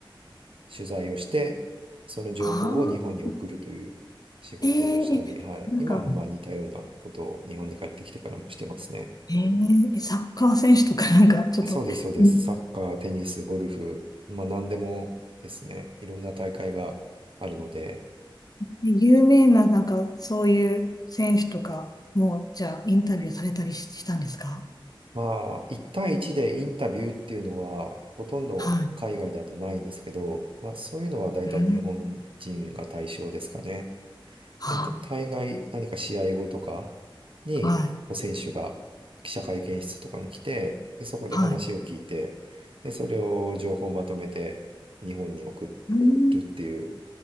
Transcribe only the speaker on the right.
取材をして、その情報を日本に送るという仕事をしたり、
はい、
今もまあ似たようなことを日本に帰ってきてからもしてますね。
あそうです、そうです。
サッカー、テニス、ゴルフ、まあ何でもですね、いろんな大会があるので、
まあ1対1でインタビューっていうのはほとんど海外だとないんですけど、
まあそういうのは大体日本人が対象ですかね。
で、た大概何か試合後とかに、
こう選手が記者会見室とかに来て、で、そこで話を聞いて、
で、それを情報をまとめて日本に送
るっていう